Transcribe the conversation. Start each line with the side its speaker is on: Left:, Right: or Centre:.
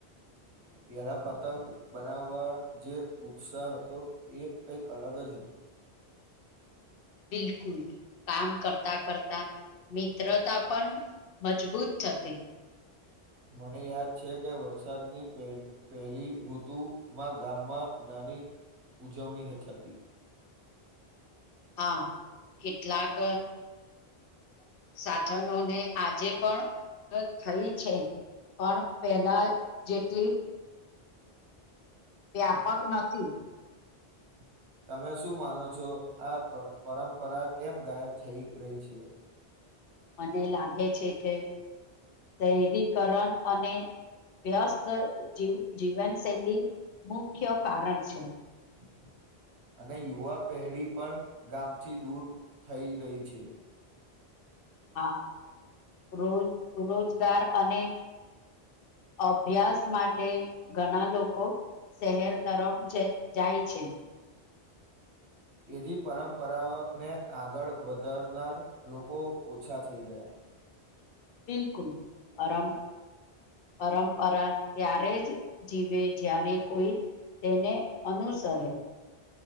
Right: <unintelligible> પેલા પતંગ બનાવવા જે ઉત્સાહ હતો એ કઈક અલગ જ હતુ <unintelligible>
Left: બિલકુલ કામ કરતા કરતા મિત્રતા પણ મજબૂત થતી
Right: મને યાદ છે કે વરસાદની પહેલી ઋતુમાં ગામમાં ના ની ઉજવણી હ થતી
Left: હા કેટલાક સાથનોને આજે પણ થઈ છે પણ પહેલા જેટલી વ્યાપક નથી
Right: <unintelligible> તમે શું માનો છો આ પરંપરા કેમ ગાયબ થઈ રહી છે
Left: મને લાગે છે કે શહેરીકરણ અને વ્યસ્ત જ જીવનશૈલી મુખ્ય કારણ છે
Right: <unintelligible> અને યુવા પેઢી પણ ગામથી દૂર થઈ રહી છે
Left: હા રોજ રોજગાર અને અભ્યાસ માટે ઘણા લોકો શહેર તરફ જાય છે
Right: તેથી પરંપરાઓને આગળ વધારનાર લોકો ઓછા થઈ ગયા
Left: બિલકુલ પમ પરંપરા ત્યારે જ જીવે જ્યારે કોઈ તેને અનુસરે